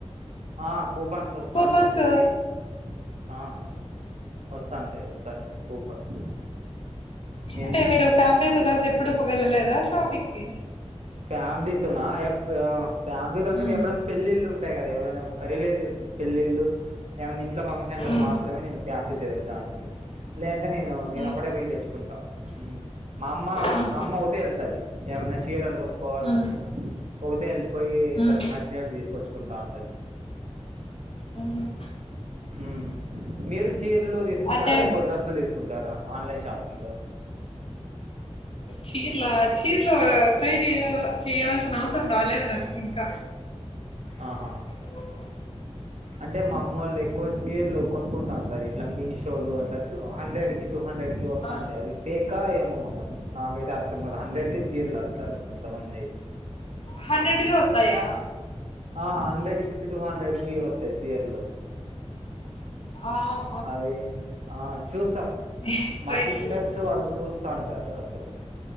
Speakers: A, on the right (about 80°); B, on the left (about 55°).
A: ఆ కూపన్స్ వస్తాంటయయి
B: కూపన్స్
A: ఆ వస్తాంటాయి వస్తాంటాయి కూపన్స్ నేను
B: అంటే మీరు ఫ్యామిలీతో కలిసి ఎప్పుడు వెళ్ళలేదా షాపింగ్ కి
A: ఫ్యామిలీతోనా ఆ ఏప్ ఫ్యామిలీతో అంటే
B: ఉమ్,
A: ఎప్పుడైనా పెళ్ళిళ్ళు ఉ ఉంటాయి కదా ఏవరైనా రిలేటివ్స్ పెళ్ళిల్లు ఏముంది ఇంట్లో ఫంక్షన్లకు
B: ఉమ్,
A: మాత్రమే నేను ఫ్యామిలీతో వెళ్తాను అండి లేదంటే నేను నేను
B: ఉమ్,
A: ఒక్కడే పోయి తె చ్చుకుంటాం మా అమ్మ
B: ఉమ్,
A: మా అమ్మ ఊతే వెళ్తది ఏమైన్నా చీరలు కొన్ కోవాలనుకున్న
B: ఉమ్, ఉమ్,
A: ఒకతే వెళ్ళిపోయి
B: ఉమ్,
A: తనకు నచ్ చ్చినట్టు తీసుకొచ్చుకుంటాంటది
B: ఉమ్.
A: ఊ మీరు చీర్లు తీసుకుంటారా
B: అంటే
A: ఎక్కువ డ్రెస్లు తీసుకుంటారా ఆన్లైన్ షాపింగ్ లో
B: చీరల చీరలు ట్రై చేయలేదు చేయవల్సిన అవసరం రాలేదు నకు ఇంకా
A: ఆహా
B: ఓ
A: అంటే మా అమ్మ వాళ్ళు ఎక్కువ చీరలు కొనుకుంటు ఉంటారు ఇట్లా మీషోలు అట్లా హండ్రెడ్ కి టూ హండ్రెడ్ కి ఇవి వస్తాంటయ్
B: ఆ!
A: అవి ఫెకా ఏమో మళ్ళ నాకైతే అర్థం కదా హండ్రెడ్ కి చీరలు అంటారు కొంతమంది అయితే
B: హండ్రెడ్ కి వసాయా
A: ఆ హండ్రెడ్ కి టూ హండ్రెడ్ కి వస్తాయి సియర్ లు
B: ఆవ్
A: అది ఆ చూస్తా
B: నేను
A: మా
B: ట్రై
A: సిస్టర్స్
B: చేయలేదు.
A: వాళ్ళు చూస్తాంటారు అసలు